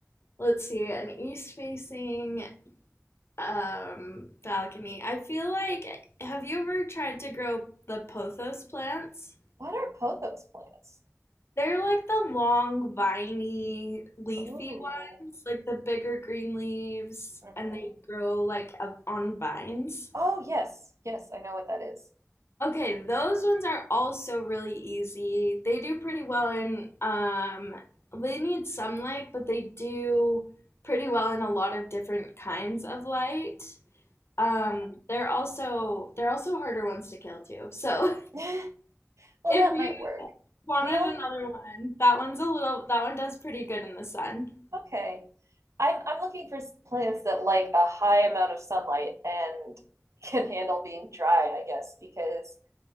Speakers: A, on the left (about 55°); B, on the right (about 75°).
A: let's see, an east facing um balcony. I feel like have you ever tried to grow the pothos plants?
B: What are pothos plants?
A: They're like the long, viney, leafy
B: Oh.
A: ones, like the bigger green leaves,
B: mhm.
A: and they grow like up on vines.
B: Oh, yes. Yes, I know what that is.
A: Okay, those ones are also really easy. They do pretty well in um they need some light, but they do pretty well in a lot of different kinds of light. Um they're also they're also harder ones to kill too. So
B: Mhm. <laughs>
A: <laughs>
B: Well,
A: if
B: that
A: you
B: might work.
A: wanted
B: The only,
A: another one, that one's a little that one does pretty good in the sun.
B: okay. I'm I'm looking for plants that like a high amount of sunlight and <laughs> can handle being dry, I guess, because